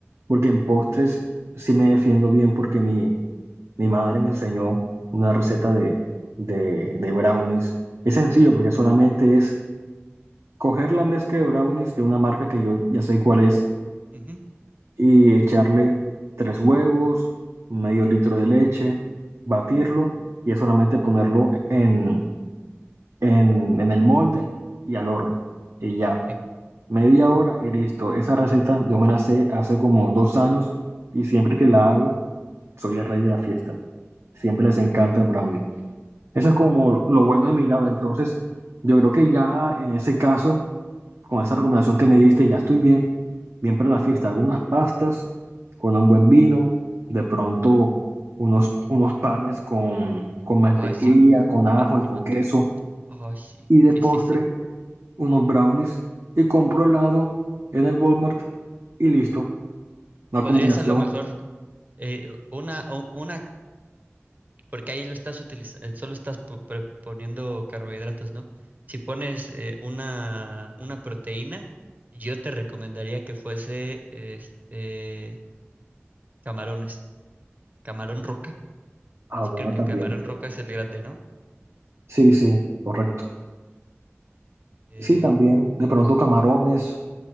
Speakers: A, on the right; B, on the right.
A: porque en postres sí me defiendo bien, porque mi, mi madre me enseñó una receta de, de, de brownies. Es sencillo, porque solamente es coger la mezcla de brownies de una marca que yo ya sé cuál es
B: ujú,
A: y echarle tres huevos, medio litro de leche, batirlo y es solamente ponerlo en en, en el molde y al horno. Y ya,
B: sí.
A: media hora y listo. Esa receta yo me la sé hace como dos años y siempre que la hago, soy el rey de la fiesta. Siempre les encanta el brownie. Eso es como lo bueno de mi lado. Entonces, yo creo que ya en ese caso, con esa recomendación que me diste, ya estoy bien, bien para la fiesta. Hago unas pastas con un buen vino, de pronto unos, unos panes con, con mantequilla,
B: Ay, sí.
A: con ajo
B: Pan con
A: y con
B: manteca.
A: queso.
B: Ay, sí,
A: Y de
B: sí,
A: postre,
B: sí, sí.
A: unos brownies y compro helado en el Walmart y listo. Una
B: Podrías
A: combinación.
B: a lo mejor eh, una, o- una Porque ahí lo estás utilizando, eh, solo estás po- pre- poniendo carbohidratos, ¿no? Si pones eh, una, una proteína, yo te recomendaría que fuese este camarones, camarón roca.
A: Ah,
B: Sí,
A: bueno,
B: creo que
A: también.
B: camarón roca es el grande, ¿no?
A: Sí, sí, correcto.
B: Eh,
A: Sí, también. De pronto camarones.